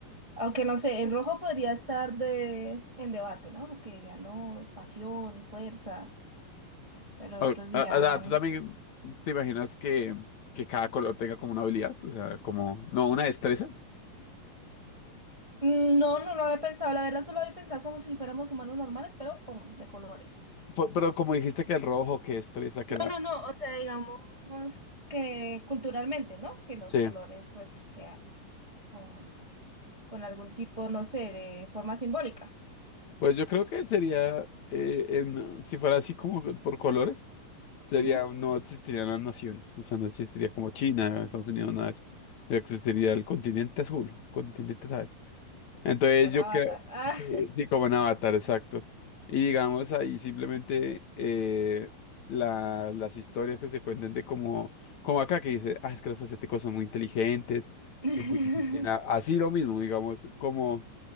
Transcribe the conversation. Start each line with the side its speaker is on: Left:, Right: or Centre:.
Right: Aunque no sé, el rojo podría estar de, en debate, ¿no? Porque dirían, no, pasión, fuerza, pero
Left: O,
Right: otros dirán,
Left: a- o sea, tú también te imaginas que, que cada color tenga como una habilidad, o sea, como, no, una destreza.
Right: "Mm, no, no lo había pensado, la verdad solo había pensado como si fuéramos humanos normales, pero pum, de colores.
Left: Pu- Pero como dijiste que el rojo, que destreza, que la...
Right: No, no, no, o sea, digamos que culturalmente, ¿no? Que los
Left: Sí.
Right: colores pues sean con, con algún tipo, no sé, de forma simbólica.
Left: Pues yo creo que sería, eh, en- si fuera así como por colores, sería,
Right: Ujú,
Left: no existirían las naciones, o sea, no existiría como China, Estados Unidos, nada de eso. No existiría el continente azul, continente tal. Entonces
Right: Como en
Left: yo
Right: Avatar.
Left: creo,
Right: Ah.
Left: sí, sí, como en Avatar, exacto. Y digamos ahí simplemente eh, la- las historias que se cuentan de como, como acá que dice, ah, es que los asiáticos son muy inteligentes,
Right: <laughs>
Left: son muy disciplinados, así lo mismo, digamos, como...